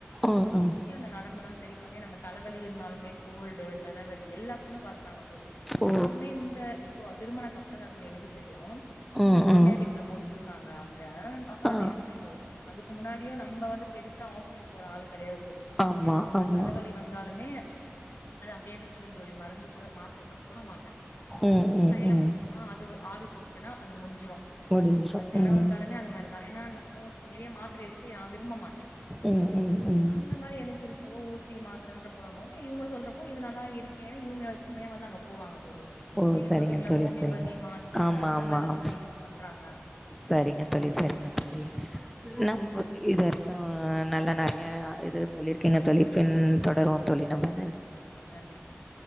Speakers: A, in the centre; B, on the left.
A: ம்
B: குத்தி
A: ம்
B: குத்தி அந்த நரம்பெல்லா சரி பண்ணி நம்ப தலவலி இருந்தாலுமே கோல்டு தலவலி எல்லாத்துக்குமே பாக்குறாங்க தோழி
A: ஓ
B: நானுமே இந்த இப்போ திருமண அப்புற தா தோழி எனக்கே தெரியு இங்க
A: ம்
B: மாமியார்
A: ம்
B: வீட்ல போயிட்டு இருக்காங்க அங்க அப்பதா
A: ஆ
B: எனக்கு தெரிஞ்சிது அதுக்கு முன்னாடியு நம்ப வந்து பெருசா ஹஸ்பெடல் போற ஆள் கெடையாது தோழி
A: ஆமா
B: எனக்கு ஒரு
A: ஆமா
B: தலவலி வந் ந்தாலுமே அது அப்பிடியே விட்டுருவே தோழி மருந்து கூட மாத்தர கூட போட மாட்டே
A: ம் ம்
B: தைலம்
A: ம்
B: போட்டோமா அது ஆவி புடிச்சேனா அது முடிஞ்சிரும்
A: முடிஞ்சிரு
B: அது ஜொர
A: ம்
B: வந்தாலுமே அந்த மாரிதா ஏன்னா மோஸ் நிறைய மாத்தர எடுக்க நா விரும்ப மாட்டே
A: ம் ம் ம்
B: அந்த மாரி எனக்கு இருக்கவோ ஊசி மாத்தர போடும் போது நீ இவுங்க சொல்றப்போ இது நல்லா இருக் ஏன்னா இவுங்க எப்பமே வந்து அங்க போவாங்க தோழி
A: ஓ
B: நீங்க
A: சரிங்க
B: சொல்றீங்களா
A: தோழி
B: ஹோமியோபதி
A: சரிங்க தோழி
B: மாத்திர
A: ஆமா
B: அந்த
A: ஆமா
B: மாரிதா
A: ஆமா
B: தோழி யூஸ் பண்றாங்க
A: சரிங்க தோழி சரிங்க தோழி நம் இது வரைக்கு நல்லா நெறையா இது சொல்லியிருக்கங்க தோழி பின் தொடருவோ தோழி நம்ம
B: ஓகேங்க தோழி நன்றி தோழி